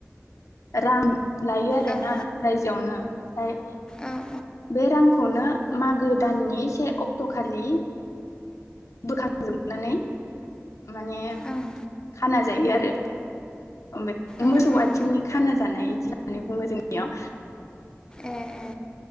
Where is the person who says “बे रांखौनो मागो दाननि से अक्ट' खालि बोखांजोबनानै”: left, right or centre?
Left